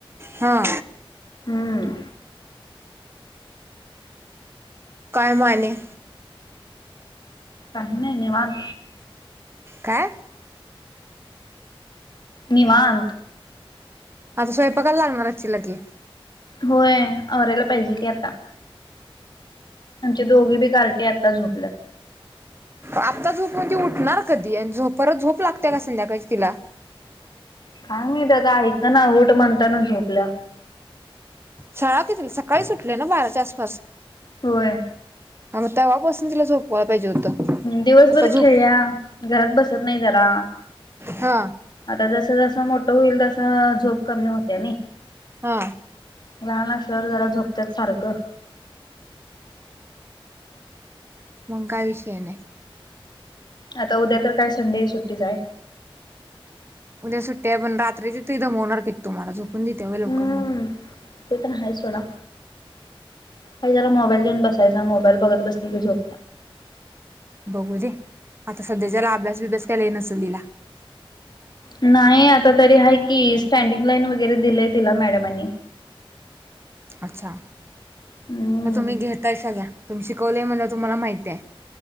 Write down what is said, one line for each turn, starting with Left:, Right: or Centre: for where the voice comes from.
Right: हा
Left: हम्म
Right: काय माने
Left: काही नाही निवांत
Right: काय
Left: निवाांत
Right: आता स्वयंपाकायला लागणार चिलागी
Left: होय आवरायला पाहिजे की आता आमचे दोघी बी कार्टी आता झोपलेत
Right: आत्ता झोपून ती उठणार कधी आणि झोप परत झोप लागते का संध्याकाळ तिला
Left: काय माहित आता ऐकेना ऊठ म्हणताना झोपल्या
Right: शाळा किती सकाळी सुटते ना बाराच्या आसपास
Left: होय
Right: हा मग तेव्हापासून तिला झोपवायला पाहिजे होतं
Left: दिवसभर
Right: आता झोप
Left: खेळल्या घरात बसत नाही जरा
Right: हा
Left: आता जस जसं मोठं होईल तस झोप कमी होते नाही
Right: हां
Left: लहान असल्यावर जरा झोपत्यात सारखं
Right: मग काय विषय नाही
Left: आता उद्या तर काय संडे सुट्टीचा आहे
Right: उ्या सुट्ट्या आहे पण रात्री त एकदम मोनर करेत तुम्हाला झोपून देते वय लवकर
Left: हम्म
Right: मग
Left: ते पण आहेा सोडा काही जरा मोबाईल देऊन बसायचा मोबाईल बघत बस की झोप
Right: बघू दे आता सध्याच्याला अभ्यास बभ्यास केयला नसल तिला
Left: नाही आता तरी आहे की स्टँडिंग लाईन वगैरे दिलंय तिला मॅडमनी
Right: अच्छा
Left: हम्म
Right: तुम्ही घेताय सगळ्या तुम् शिकवलेय म्हण तुम्हाला माहिती आहे